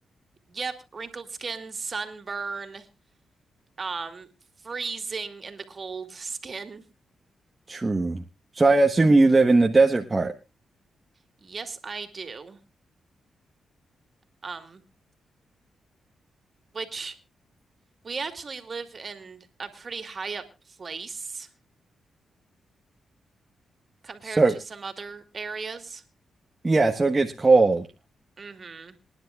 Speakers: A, on the right; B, on the right.
A: Yep, wrinkled skin, sunburn, um, freezing in the cold skin.
B: True. So I assume you live in the desert part.
A: Yes, I do. Um, which we actually live in a pretty high up place compared
B: So
A: to some other areas.
B: yeah, so it gets cold.
A: Mm-hmm.